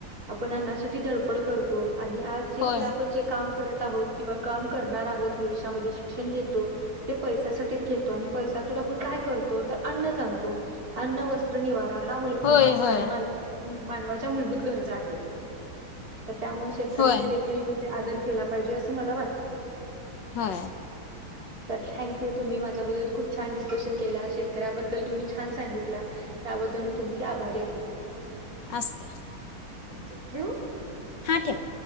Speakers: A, on the right; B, on the left.
A: आपण अन्नासाठी धडपड करतो... आणि आज जे
B: होय
A: केलं आपण जे काम करत... करत आहोत किंवा काम करणार आहोत भविष्यामध्ये शिक्षण घेतो ते पैश्यासाठीच घेतो आणि पैसा तो... आपण काय करतो तर अन्नच आणतो अन्न वस्त्र निवारा... ह्या मुलं
B: होय होय
A: मानवाच्या मूलभूत गरजा आहे... तर त्यामुळे शेतकऱ्याची
B: होय
A: देखील म्हणजे आदर केला पाहिजे असं मला वाटतंय...
B: होय...
A: तर थँक्यू तुम्ही माझ्याबरोबर खूप छान डिस्कशन केला शेतकऱ्याबद्दल तुम्ही छान सांगितला... त्याबद्दल मी तुमची आभारी आहे.
B: असू द्या...
A: आता ठेवू...
B: हा ठेवा..